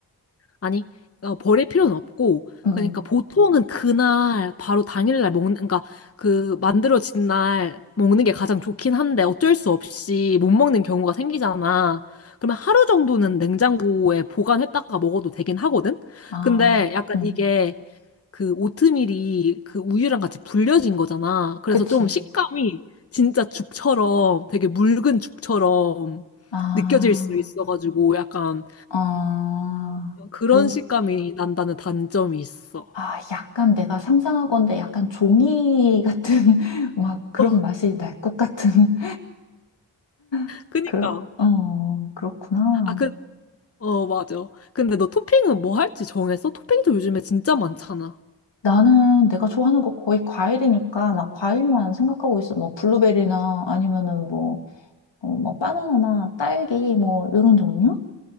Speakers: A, on the left; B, on the left.
A: 아니, 어, 버릴 필요는 없고,
B: 응.
A: 그러니까 보통은 그날, 바로 당일날 먹는, 그러니까 그 만들어진 날 먹는 게 가장 좋긴 한데 어쩔 수 없이 못 먹는 경우가 생기잖아. 그러면 하루 정도는 냉장고에 보관했다가 먹어도 되긴 하거든?
B: 아,
A: 근데 약간
B: 응.
A: 이게 그 오트밀이 그 우유랑 같이 불려진 거잖아. 그래서
B: 그치.
A: 좀 식감이 진짜 죽처럼 되게 묽은 죽처럼
B: 아.
A: 느껴질 수 있어가지고 약간
B: 아,
A: 그런
B: 그,
A: 식감이 난다는 단점이 있어.
B: 아, 약간 내가 상상하건대 약간 종이 같은, <laughs> 막 그런
A: 어,
B: 맛이 날 것 같은, <laughs>
A: 그니까.
B: 그런, 어, 그렇구나.
A: 아, 그, 어, 맞아. 근데 너 토핑은 뭐 할지 정했어? 토핑도 요즘에 진짜 많잖아.
B: 나는 내가 좋아하는 거 거의 과일이니까, 막 과일만 생각하고 있어. 뭐, 블루베리나 아니면은 뭐, 어, 뭐, 바나나나 딸기, 뭐, 이런 종류?